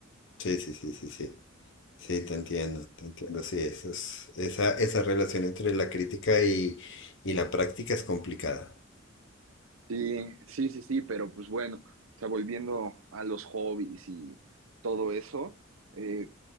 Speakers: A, on the left; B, on the right.
A: Sí, sí, sí, sí, sí. Sí, te entiendo, te entiendo. Sí, eso es, esa, esa relación entre la crítica y, y la práctica es complicada.
B: Sí, sí, sí, sí, pero pues bueno, o sea, volviendo a los hobbies y todo eso, eh,